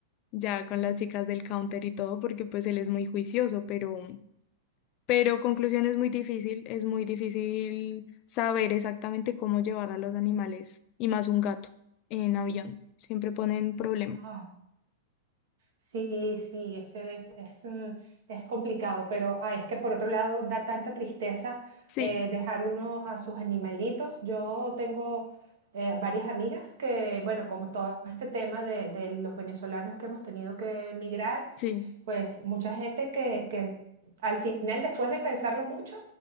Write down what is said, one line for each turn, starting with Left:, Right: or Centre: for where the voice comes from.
Left: ya con las chicas del counter y todo, porque pues él es muy juicioso, pero, pero conclusión es muy difícil, es muy difícil saber exactamente cómo llevar a los animales, y más un gato, en avión. Siempre ponen problemas.
Right: Ah, Sí, sí, ese es, es, mm, es complicado, pero ay, es que por otro lado da tanta tristeza
Left: Sí,
Right: eh, dejar uno a sus animalitos. Yo tengo eh, varias amigas que, bueno, con todo este tema de, de los venezolanos que hemos tenido que emigrar,
Left: sí.
Right: pues mucha gente que, que al final, después de pensarlo mucho,